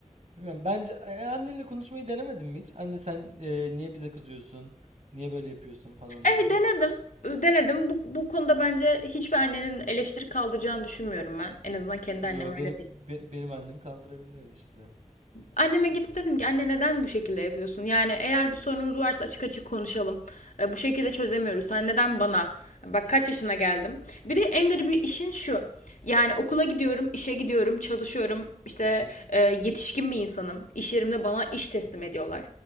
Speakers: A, on the right; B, on the left.
A: Bilmiyorum. Bence e, annenle konuşmayı denemedin mi hiç? Anne sen e, niye bize kızıyorsun? Niye böyle yapıyorsun falan
B: E
A: diye.
B: denedim. Denedim. Bu, bu konuda bence hiçbir annenin eleştiri kaldıracağını düşünmüyorum ben. En azından kendi
A: Yo
B: annem öyle
A: benim
B: değil.
A: be- benim annem kaldırabilir eleştiri.
B: Anneme gidip dedim ki anne neden bu şekilde yapıyorsun? Yani eğer bir sorunumuz varsa açık açık konuşalım. E, bu şekilde çözemiyoruz. Sen neden bana? Bak kaç yaşına geldim. Bir de en garibi işin şu. Yani okula gidiyorum, işe gidiyorum, çalışıyorum. İşte e, yetişkin bir insanım. İş yerimde bana iş teslim ediyorlar.